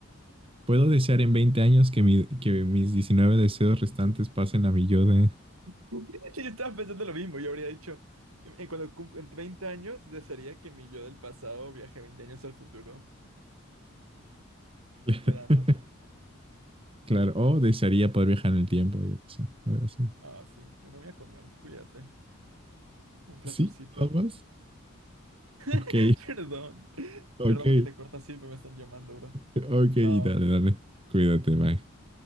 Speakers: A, on the right; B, on the right.
A: ¿Puedo desear en 20 años que, mi- que mis 19 deseos restantes pasen a mi yo de...
B: <laughs> Yo estaba pensando lo mismo. Yo habría dicho... En en cuando cum- en 20 años, desearía que mi yo del pasado viaje 20 años al futuro.
A: <laughs>
B: ¿Queda, no?
A: Claro, o desearía poder viajar en el tiempo, yo qué sé, algo así.
B: Ah, sí. Bueno, voy a comer. Cuídate. Un placercito.
A: ¿Sí? ¿Nada más? Ok,
B: <laughs> Perdón.
A: <laughs>
B: Perdón
A: ok,
B: porque te corto así, pero me están llamando, bro.
A: ok,
B: Chao.
A: dale, dale. Cuídate, Mike.